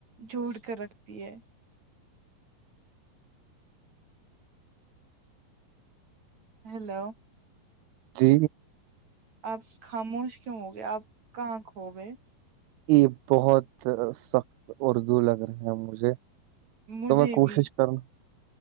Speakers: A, on the right; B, on the right.
A: جوڑ کر رکھتی ہے ہیلو
B: جی
A: آپ خاموش کیوں ہو گے آپ کہاں کھو گے
B: یہ بہت سخت اردو لگ رہے ہیں مجھے
A: مجھے
B: تو میں کوشش
A: بھی
B: کروں